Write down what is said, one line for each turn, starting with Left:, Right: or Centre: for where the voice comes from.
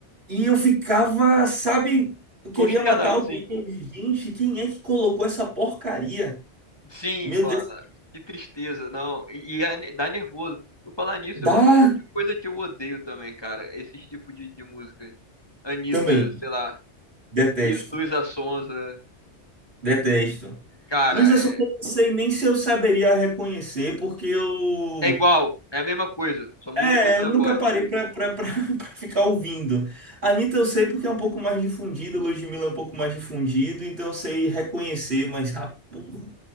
Right: E eu ficava, sabe, eu queria
Left: Consternado,
Right: matar alguém.
Left: sim.
Right: Gente, quem é que colocou essa porcaria?
Left: Sim,
Right: Meu
Left: mano.
Right: Deus.
Left: Que tristeza, não. E, e é- ne- dá nervoso. Por falar nisso,
Right: Dá
Left: é outro tipo de coisa que eu odeio também, cara. Esse tipo de, de música. Anitta,
Right: também.
Left: sei lá.
Right: Detesto.
Left: Lu- Luísa Sonza.
Right: Detesto.
Left: Cara,
Right: Luiz Assunção,
Left: é.
Right: eu não sei nem se eu saberia reconhecer, porque eu.
Left: É igual, é a mesma coisa, só muda
Right: É,
Left: um pouquinho
Right: eu nunca
Left: a voz.
Right: parei pra, pra, pra, <laughs> pra ficar ouvindo. Anitta eu sei porque é um pouco mais difundido, Ludmilla é um pouco mais difundido, então eu sei reconhecer, mas ah, porra,